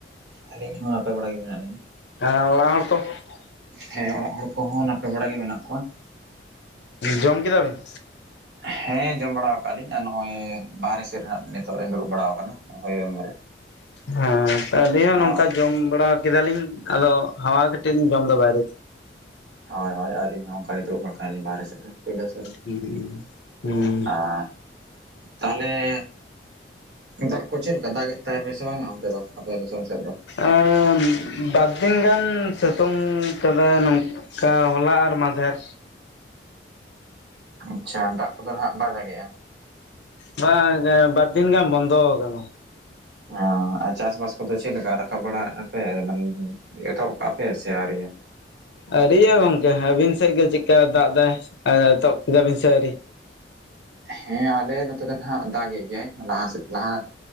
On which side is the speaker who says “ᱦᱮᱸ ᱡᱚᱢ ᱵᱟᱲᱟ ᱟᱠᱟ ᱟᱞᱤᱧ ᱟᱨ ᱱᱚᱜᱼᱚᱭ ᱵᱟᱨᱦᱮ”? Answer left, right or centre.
Right